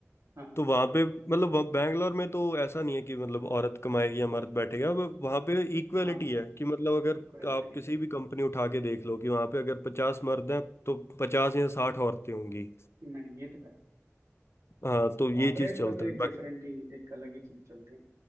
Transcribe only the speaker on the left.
तो वहाँ पे मतलब वहाँ बैंगलोर में तो ऐसा नहीं है कि मतलब औरत कमाएगी या मर्द बैठेगा वह- वहाँ पे इक्वेलिटी
है
कि मतलब अगर
आप
किसी भी कंपनी उठा के देख लो कि वहाँ पे अगर पचास मर्द हैं तो पचास या साठ औरतें होंगी
हाँ तो
ये चीज़ चलता
है
बाकी